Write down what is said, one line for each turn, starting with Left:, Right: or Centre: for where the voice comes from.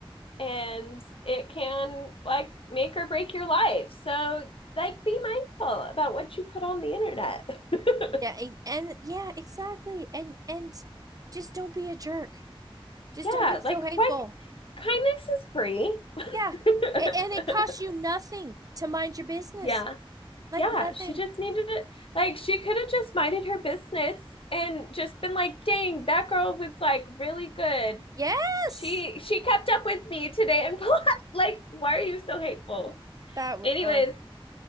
Left: and it can like make or break your life so like be mindful about what you put on the internet <laughs>
Right: Yeah. e, And yeah, exactly. And, and just don't be a jerk. Just
Left: yeah
Right: don't be so
Left: like
Right: hateful.
Left: what kindness is free
Right: Yeah.
Left: <laughs>
Right: A- and it costs you nothing to mind your business.
Left: yeah
Right: Like
Left: Yeah,
Right: nothing.
Left: she just needed it. Like, she could have just minded her business and just been like, dang, that girl was like really good.
Right: Yes.
Left: She she kept up with me today and <laughs> like, why are you so hateful?
Right: That would
Left: Anyways,
Right: uh